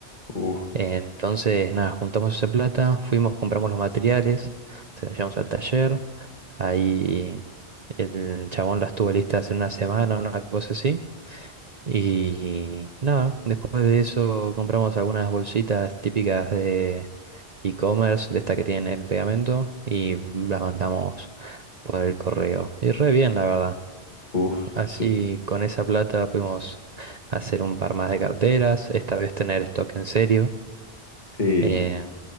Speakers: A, on the left; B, on the right.
A: uf,
B: Entonces, nada, juntamos esa plata, fuimos, compramos los materiales, se las llevamos al taller. Ahí el chabón las tuvo listas en una semana, una cosa así. Y nada, después de eso compramos algunas bolsitas típicas de e-commerce, de esta que tienen el pegamento, y las mandamos por el correo. Y re bien, la verdad.
A: uf,
B: Así
A: tú,
B: con esa plata pudimos hacer un par más de carteras, esta vez tener stock en serio,
A: sí,
B: eh,